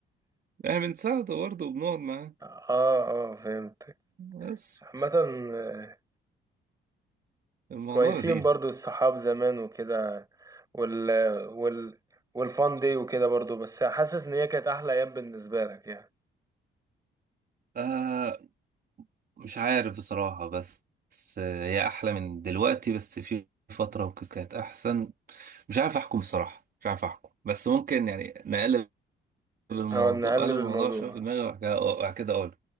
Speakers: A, on the right; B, on the right.
A: يعني بنساعده برضه وبنقعد معاه
B: اه اه فهمت
A: بس
B: عامة آه،
A: الموضوع
B: كويسين
A: لذيذ
B: برضو الصحاب زمان وكده وال وال والفان دي وكده برضو بس حاسس ان هي كانت احلى ايام بالنسبة لك يعني
A: آه مش عارف بصراحة بس بس هي أحلى من دلوقتي بس في فترة وكده كانت أحسن مش عارف أحكم بصراحة مش عارف أحكم بس ممكن يعني نقلب الموضوع
B: او نقلب
A: أقلب
B: الموضوع
A: الموضوع شوية في دماغي وبعد كده وبعد كده أقول